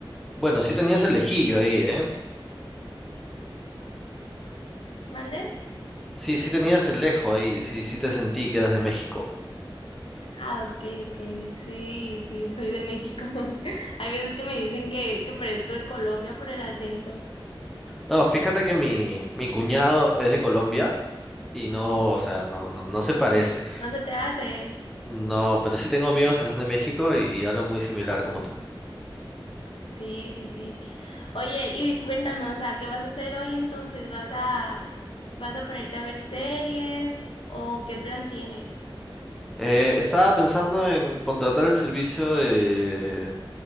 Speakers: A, in the centre; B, on the left.
A: bueno, sí tenías el lejillo ahí, ¿eh?
B: ¿Mande?
A: Sí, sí tenías el lejo ahí, sí, sí te sentí que eras de México.
B: Ah, ok, ok. Sí, sí, soy de México. <laughs> Hay veces que me dicen que, que parezco de Colombia por el acento.
A: No, fíjate que mi, mi cuñado es de Colombia. Y no, o sea, no, no, no se parece.
B: No se te hace.
A: No, pero sí tengo amigos que son de México y, y hablan muy similar como tú.
B: Sí, sí, sí. Oye, y cuéntame, o sea, ¿qué vas a hacer hoy entonces? ¿Vas a, vas a ponerte a ver series o qué plan tienes?
A: Eh, estaba pensando en contratar el servicio de,